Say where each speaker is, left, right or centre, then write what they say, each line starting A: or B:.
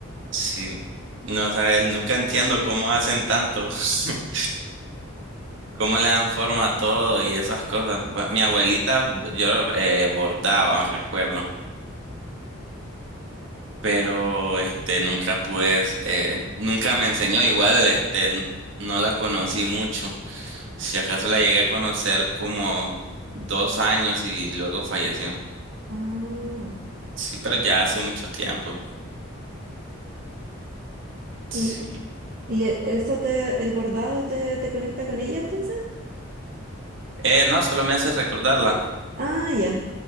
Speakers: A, on the right; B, on the right.
A: Sí, no o sea, él nunca entiendo cómo hacen tanto, <laughs> cómo le dan forma a todo y esas cosas. Bu- Mi abuelita, yo eh, bordaba, recuerdo, pero este nunca pude, eh, nunca me enseñó. Igual, este, n- no la conocí mucho. Si acaso la llegué a conocer como dos años y luego falleció.
B: Ah,
A: Sí, pero ya hace mucho tiempo. Sí.
B: ¿y, y e- eso te, el bordado te, te conecta con ella entonces?
A: Eh, no, solo me hace recordarla.
B: Ah, ya.